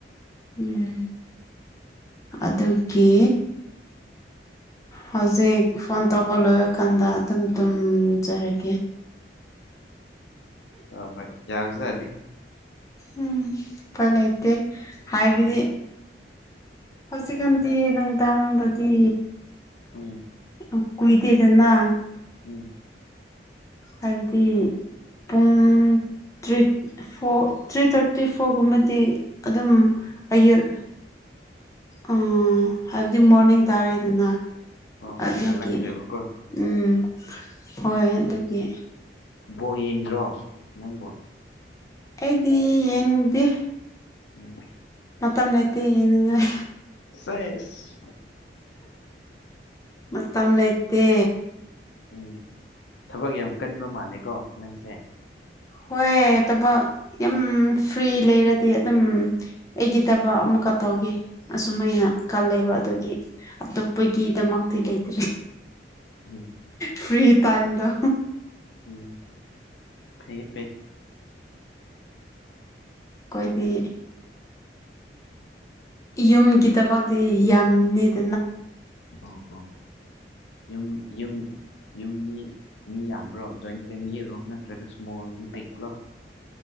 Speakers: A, on the left; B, on the left.
A: ꯎꯝ ꯑꯗꯨꯒꯤ ꯍꯧꯖꯤꯛ ꯐꯣꯟ ꯇꯧꯕ ꯂꯣꯏꯔ ꯀꯥꯟꯗ ꯑꯗꯨꯝ ꯇꯨꯝꯖꯔꯒꯦ
B: ꯑ ꯍꯣꯏ ꯌꯥꯕꯖꯥꯠꯅꯤ
A: ꯎꯝ ꯎꯄꯥꯏ ꯂꯩꯇꯦ ꯍꯥꯏꯕꯗꯤ
B: ꯎꯝ
A: ꯍꯧꯖꯤꯛꯀꯥꯟꯗꯤ ꯅꯨꯡꯗꯥꯡꯗꯗꯤ
B: ꯎꯝ
A: ꯑ ꯀꯨꯏꯗꯦꯗꯅꯥ
B: ꯎꯝ
A: ꯍꯥꯏꯕꯗꯤ ꯄꯨꯡ ꯇ꯭ꯔꯤꯠ ꯐꯣ ꯊ꯭ꯔꯤ ꯊꯥꯔꯇꯤ ꯐꯣꯔꯒꯨꯝꯕꯗꯤ ꯑꯗꯨꯝ ꯑꯌꯨꯛ ꯑ ꯍꯥꯏꯕꯗꯤ ꯃꯣꯔꯅꯤꯡ ꯇꯥꯔꯦꯗꯅꯥ
B: ꯍꯣꯏ ꯍꯣꯏ
A: ꯑꯗꯨꯒꯤ
B: ꯉꯥꯜꯂꯛꯈ꯭ꯔꯦꯕꯀꯣ
A: ꯎꯝ ꯍꯣꯏ ꯑꯗꯨꯒꯤ
B: ꯕꯣꯜ ꯌꯦꯡꯗ꯭ꯔꯣ ꯅꯪꯕꯣ
A: ꯑꯩꯗꯤ ꯌꯦꯡꯗꯦ
B: ꯎꯝ
A: ꯃꯇꯝ ꯂꯩꯇꯦ ꯌꯦꯡꯅꯤꯡꯉꯥꯏ
B: ꯁꯦꯁ
A: ꯃꯇꯝ ꯂꯩꯇꯦ
B: ꯎꯝ ꯊꯕꯛ ꯌꯥꯝ ꯀꯟꯕ ꯃꯥꯜꯂꯦꯀꯣ ꯅꯪꯁꯦ
A: ꯍꯣꯏ ꯂꯩꯇꯕ ꯌꯥꯝ ꯐ꯭ꯔꯤ ꯂꯩꯔꯗꯤ ꯑꯗꯨꯝ ꯑꯩꯒꯤ ꯊꯕꯛ ꯑꯃ ꯈꯛ ꯇꯧꯒꯦ ꯑꯁꯨ ꯑꯩꯅ ꯈꯜꯂꯦꯕ ꯑꯗꯨꯒꯤ ꯑꯇꯣꯞꯄꯒꯤꯗꯃꯛ ꯂꯩꯇ꯭ꯔꯦ
B: ꯎꯝ
A: ꯐ꯭ꯔꯤ ꯇꯥꯏꯝꯗꯣ
B: ꯎꯝ ꯐꯩ ꯐꯩ
A: ꯑꯩꯈꯣꯏꯗꯤ ꯌꯨꯝꯒꯤꯊꯕꯛꯇꯤ ꯌꯥꯝꯅꯤꯗ
B: ꯑ ꯍ ꯌꯨꯝ ꯌꯨꯝ ꯌꯨꯝ ꯃꯤ ꯃꯤ ꯌꯥꯝꯕ꯭ꯔꯣ ꯖꯣꯏꯟ ꯐꯦꯝꯂꯤꯔꯣ ꯅꯠꯇ꯭ꯔꯥꯒ ꯁ꯭ꯃꯣꯜ ꯕꯤꯛꯂꯣ